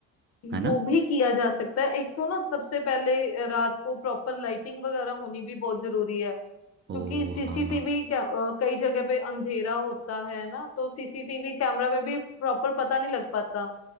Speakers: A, on the right (about 40°); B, on the left (about 55°).
A: है ना
B: वो भी किया जा सकता है एक तो ना सबसे पहले रात को प्रॉपर लाइटिंग वगैरह होनी भी बहुत जरूरी है क्योंकि
A: ओ
B: सीसीटीवी
A: हाँ
B: कई जगह पे अंधेरा होता है ना तो सीसीटीवी कैमरा में भी प्रॉपर पता नहीं लग पाता